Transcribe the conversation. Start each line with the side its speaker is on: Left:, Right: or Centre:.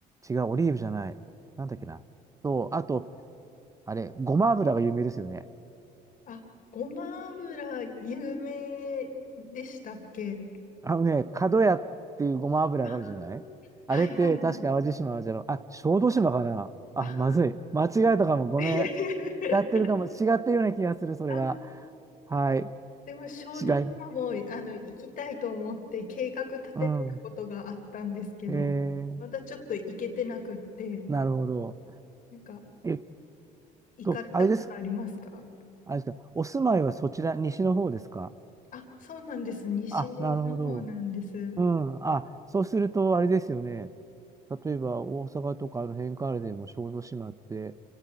Right: 違う、オリーブじゃない。なんだっけな。と、あと、あれ、ごま油が有名ですよね。
Left: あ、ごま油有名でしたっけ
Right: あのね、角屋っていうごま油があるじゃないあれって、
Left: あー、はいはいはい。
Right: 確か淡路島じゃろ、あ、小豆島かな。あ、
Left: あー
Right: まずい。間違えたかも。ごめん。
Left: <laughs>
Right: やってるかも、違ってるような気がする、それは。
Left: あ、
Right: はい。
Left: でも小豆島もあの行きたいと思って計画立ててたことがあったんですけど、
Right: 違い。うん。えー、
Left: まだちょっと行けてなくって、
Right: なるほど。
Left: なんか
Right: えっ
Left: 行かれたことありますか
Right: と、あれです。あれですか。お住まいはそちら、西の方ですか
Left: あ、そうなんです。西の方なんです。
Right: あ、なるほど。うん。あ、そうすると、あれですよね。例えば、大阪とかあの辺からでも小豆島って、